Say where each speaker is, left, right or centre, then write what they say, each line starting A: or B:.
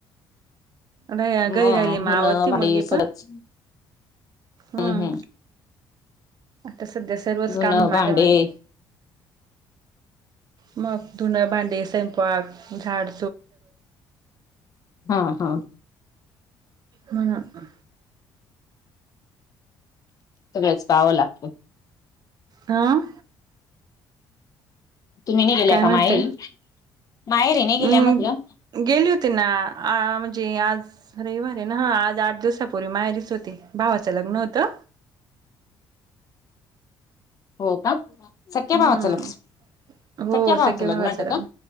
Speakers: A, on the right; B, on the left.
A: नाही घरी
B: मग
A: राहिली म
B: धुनं
A: आवरते
B: भांडे
A: मुलगी
B: सगळंच
A: पण
B: हम्म
A: हम्.
B: हम्म
A: आता सद्या सर्वच
B: धुनं
A: काम माझ्या
B: भांडे
A: मागे. मग धूनं, भांडी, स्वयंपाक, झाड
B: हां हां.
A: म्हणून
B: सगळच पावं लागतं.
A: आं.
B: तुम्ही निइ गेल्या
A: काय म्हणते
B: का माहेरी? माहेरी
A: अम्
B: नाही गेल्या म्हटलं?
A: गेली होती ना, आ म्हणजे आज रविवारीे ना हा आज आठ दिवसापूर्वी माहेरीच होते भावाचं लग्न होतं.
B: हो का सख्या
A: हम्म
B: भावाचं ल
A: हो
B: सख्खा भावाचं
A: सग्या
B: लग्नं होतं
A: लग्न
B: का?